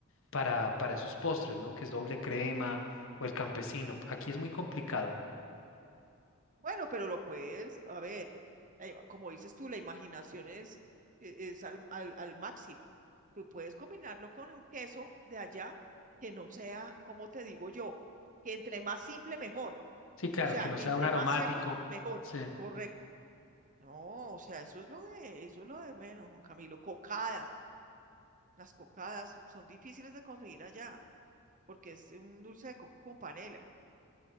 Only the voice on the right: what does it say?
Bueno, pero lo puedes, a ver, eh, como dices tú, la imaginación es, e- es al, al, al máximo. Tú puedes combinarlo con un queso de allá que no sea, como te digo yo, que entre más simple, mejor.
O sea,
entre
más sepa, mejor.
Correcto. No, o sea, eso es lo de, eso es lo de menos, Juan Camilo. Cocadas. Las cocadas son difíciles de conseguir allá, porque es un dulce de coco con panela.